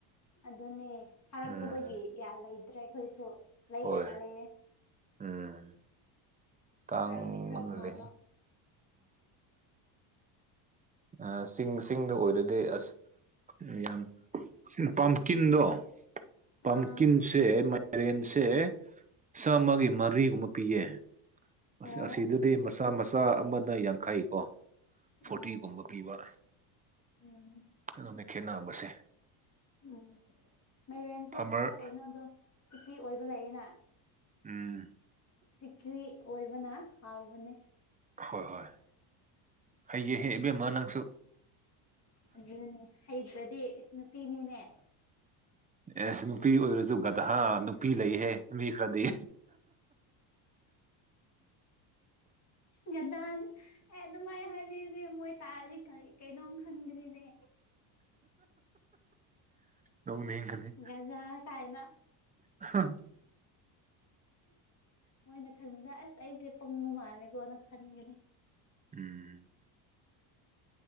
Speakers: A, on the left (about 30°); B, on the right (about 15°).
A: ꯑꯗꯨꯅꯦ ꯐꯥꯔꯛꯇꯕꯒꯤ
B: ꯎꯝ
A: ꯌꯥꯝ ꯂꯩꯇ꯭ꯔꯦ ꯑꯩꯈꯣꯏꯁꯨ ꯂꯩꯔꯒ
B: ꯍꯣꯏ
A: ꯂꯩꯌꯦ
B: ꯎꯝ ꯇꯥꯡꯃꯥꯜ
A: ꯈꯔꯗꯤ ꯈꯔ ꯐꯕ
B: ꯂꯦ ꯑ ꯆꯤꯡ ꯆꯤꯡꯗ ꯑꯣꯏꯔꯗꯤ ꯑꯁ ꯌꯥꯝ ꯄꯝꯀꯤꯟꯗꯣ꯫ ꯄꯝꯀꯤꯟꯁꯦ
A: ꯑꯥ
B: ꯃꯥꯏꯔꯦꯟꯁꯦ ꯆꯥꯝꯃꯒꯤ ꯃꯔꯤꯒꯨꯝꯕ ꯄꯤꯌꯦ꯫ ꯑꯁ
A: ꯑꯣ
B: ꯑꯁꯤꯗꯗꯤ ꯃꯆꯥ ꯃꯆꯥ ꯑꯃꯅ ꯌꯥꯡꯈꯩ ꯀꯣ꯫ ꯐꯣꯔꯇꯤꯒꯨꯝꯕ
A: ꯑꯣ
B: ꯄꯤꯕ꯫
A: ꯎꯝ꯫
B: ꯑꯗꯨꯅꯦ ꯈꯦꯠꯅꯝꯕꯁꯦ꯫
A: ꯎꯝ ꯃꯔꯦꯟꯁꯨ
B: ꯐꯥꯔꯃꯔ
A: ꯈꯔ ꯀꯩꯅꯣꯗꯣ ꯏꯁꯇꯤꯐꯤ ꯑꯣꯏꯕ ꯂꯩꯌꯦꯅ꯫
B: ꯎꯝ꯫
A: ꯏꯁꯇꯤꯀꯤ ꯑꯣꯏꯕꯅ ꯍꯥꯎꯕꯅꯦ꯫
B: ꯍꯣꯏ ꯍꯣꯏ ꯍꯩꯌꯦꯍꯦ ꯏꯕꯦꯝꯃ ꯅꯪꯁꯨ꯫
A: ꯑꯗꯨꯅꯅꯦ ꯍꯩꯇꯔꯗꯤ ꯅꯨꯄꯤꯅꯤꯅꯦ꯫
B: ꯑꯦꯁ ꯅꯨꯄꯤ ꯑꯣꯏꯔꯁꯨ ꯒꯗꯍꯥ ꯅꯨꯄꯤ ꯂꯩꯍꯦ ꯃꯤ ꯈꯔꯗꯤ꯫
A: ꯒꯗꯥ ꯑꯦ ꯑꯗꯨ ꯃꯥꯥꯏ ꯍꯥꯏꯕꯤꯅꯦ ꯃꯣꯏ ꯇꯥꯔ ꯀꯥꯏ꯫ ꯀꯩꯅꯣꯝ ꯈꯟꯒꯅꯤꯅꯦ꯫
B: ꯅꯣꯛꯅꯤꯡꯒꯅꯤ
A: ꯒꯗꯥ ꯀꯥꯏꯅ꯫
B: ꯍꯥ꯫
A: ꯃꯣꯏꯅ ꯈꯟꯕꯗ ꯑꯁ ꯑꯩꯁꯦ ꯄꯪꯕ ꯃꯥꯜꯂꯦꯀꯣꯅ ꯈꯟꯒꯅꯤ꯫
B: ꯎꯝ꯫